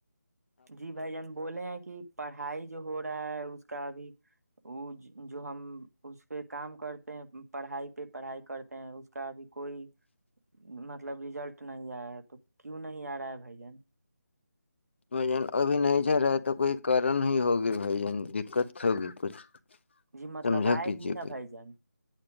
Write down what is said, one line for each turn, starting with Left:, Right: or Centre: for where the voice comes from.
Right: جی بھائی جان بولے ہیں کہ پڑھائی جو ہو رہا ہے اس کا ابھی وہ جو ہم اس پہ کام کرتے ہیں پڑھائی پہ پڑھائی کرتے ہیں اس کا ابھی کوئی مطلب ریزلٹ نہیں آیا ہے تو کیوں نہیں آ رہا ہے بھائی جن <inaudible>
Left: بھائی جان ابھی نہیں جا رہا ہے تو کوئی کارن ہی ہوگی بھائی جان دقت ہوگی کچھ
Right: جی مطلب
Left: سمجھا
Right: آئے
Left: کیجیے
Right: گی نا بھائی جان